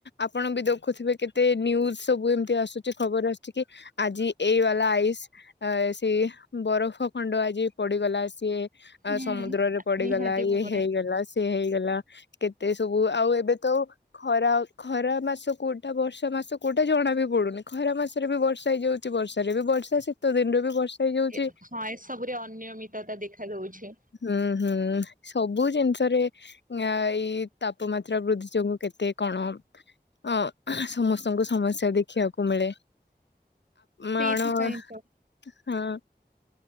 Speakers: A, on the left; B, on the right.
A: ଆପଣ ବି ଦେଖୁଥିବେ କେତେ, ନିୁଜ ସବୁ ଏମତି ଆସୁଛି, ଖବର ଆସୁଛି କି ଆଜି ଏଇ ବାଲା ଆଇସ୍ ସେଇ ବରଫ ଖଣ୍ଡ ଆଜି ପଡିଗଲା ସିଏ
B: ହୁଁ
A: ଆ ସମୁଦ୍ରରେ ପଡିଗଲା
B: ନିହାତି
A: ଇଏ
B: ଭାବରେ
A: ହେଇଗଲା ହେଇଗଲା କେତେ ସବୁ ଆଉ ଏବେ ତ ଖରା ଖରା ମାସ କୋଉଟା ବର୍ଷା ମାସ କୋଉଟା ଜଣା ବି ପଡୁନି। ଖରା ମାସରେ ବି ବର୍ଷା ହେଇଯାଉଛି। ବର୍ଷାରେ ବି ବର୍ଷା ଶୀତ ଦିନରୁ ବି ବର୍ଷା ହେଇଯାଉଛି
B: ଏ ହଁ ଏସବୁରେ ଅନିୟମିତତା ଦେଖା ଦଉଛି।
A: ହୁଁ ହୁଁ ସବୁ ଜିନିଷରେ ଏଇ ତାପମାତ୍ରା ବୃଦ୍ଧି ଯୋଗୁ କେତେ କଣ ଅ ସମସ୍ତଙ୍କୁ ସମସ୍ୟା ଦେଖିବାକୁ ମିଳେ
B: ସେଇଥିପାଇଁ
A: ମଣ
B: ତ
A: ହଁ